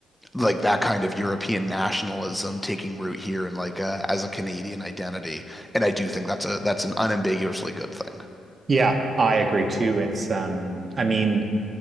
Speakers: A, in the centre; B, on the right.
A: like that kind of European nationalism taking root here and like uh, as a Canadian identity. And I do think that's a that's an unambiguously good thing.
B: yeah I agree too it's um I mean